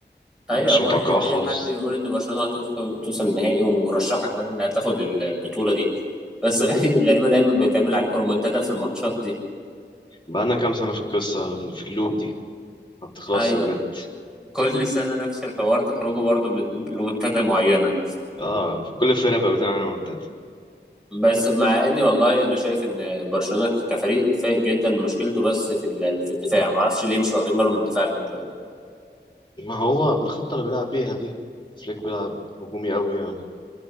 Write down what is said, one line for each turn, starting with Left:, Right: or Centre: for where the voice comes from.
Centre: اي
Left: مش
Centre: هو
Left: متوقعة
Centre: اي
Left: خالص
Centre: أي حد يقول ان برشلونه هتوصل توصل النهائي ومرشحه كمان انها تاخد ال- البطوله دي بس <laughs> غري- غريبه دايما
Left: بالظبط
Centre: بيتعمل عليكم رومنتادا في الماتشات دي
Left: بقالنا كام سنة في القصة في اللوب دي ما بتخلصش
Centre: ايوه
Left: بجد
Centre: كل سنه نفس الحوار تخرجوا برضو من رومنتادا معينه
Left: اه كل الفرق بقى بتلعب منتدى
Centre: بس مع اني والله انا شايف ان برشلونه كفريق فايق جدا مشكلته بس في ال- في الدفاع ما اعرفش ليه مش واخدين بالهم من الدفاع لحد دلوقتي
Left: ما هو بالخطة اللي بيلعب بيها دي فليك بيلعب هجومي أوي يعني